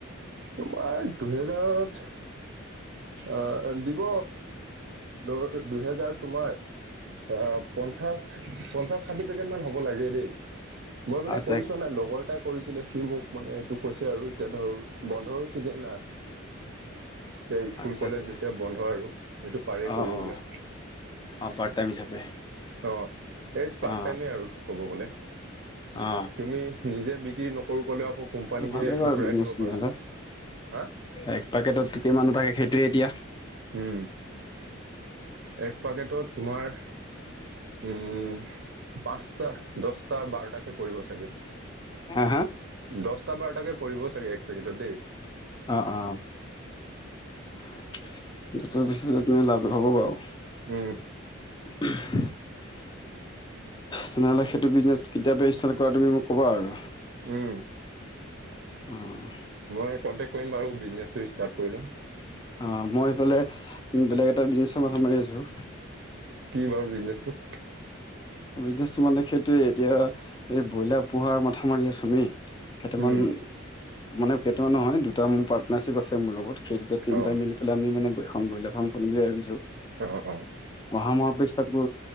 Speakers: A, on the right; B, on the left.
A: তোমাৰ দুহেজাৰত। অ' দিব ধৰ দুহেজাৰ তোমাৰ অ' পঞ্চাশ, পঞ্চাশ ষাঠি পেকেট মান হ'ব লাগেই দেই। মই মানে
B: আচ্ছা
A: কৰি চোৱা নাই লগৰ এটাই কৰিছিলে সি মোক মানে এইটো কৈছে আৰু এতিয়া ধৰ বন্ধৰো চিজন না
B: <inaudible>
A: এতিয়া ইস্কুল
B: আচ্ছা
A: কলেজ
B: আচ্ছা
A: যেতিয়া বন্ধ আৰু সেইটো পাৰেই
B: অ
A: কৰিব
B: অ
A: মানে।
B: অ' পাৰ্ট টাইম হিচাপে।
A: অ' এই পাৰ্ট
B: অ
A: টাইমে আৰু ক'ব গ'লে।
B: অ
A: তুমি নিজে বিক্ৰী নকৰো ক'লেও আকৌ কোম্পানীকে
B: ভালেই বাৰু
A: ঘূৰাই
B: বিজনেছ
A: দিব
B: তেনেহ'লে
A: পাৰা। হা
B: এক পাকেটত কিমান এটা থাকে সেইটোয়ে এতিয়া।
A: উম, এক পাকেটত তোমাৰ উম, পাঁচ <unintelligible> দহটা বাৰটাকে পৰিব চাগে,
B: হা হা
A: দহটা বাৰটাকে পৰিব চাগে এক পেকেটত দেই।
B: অ', অ', <unintelligible> লাভ নহ'ব বাৰু।
A: উম।
B: <unintelligible> তেনেহ'লে সেইটো বিজনেচ কেতিয়াবা ষ্টাৰ্ট কৰা তুমি মোক ক'বা আৰু।
A: উম
B: অ'।
A: মই কনটেক্ট কৰিম বাৰু বিজনেছটো ষ্টাৰ্ট কৰিলে।
B: অ' মই সেইফালে বেলেগ এটা বিজনেচৰ মাথা মাৰি আছোঁ।
A: কি বাৰু বিজনেছটো?
B: বিজনেচটো মানে সেইটোয়ে এতিয়া, এই ব্ৰইলাৰ পোহাৰ মাথা মাৰি আছোঁ আমি। কেইটামান,
A: উম
B: মানে কেইটামান নহয় দুটা মোৰ পাৰ্টনাৰশ্বিপ আছে মোৰ লগত। সেই দুটা তিনিটা
A: অ
B: মিলি পেলাই আমি মানে এখন ব্ৰইলাৰ ফাৰ্ম খুলিম বুলি ভাবিছোঁ।
A: অ', অ'।
B: অহা মাহত ইষ্টাৰ্ট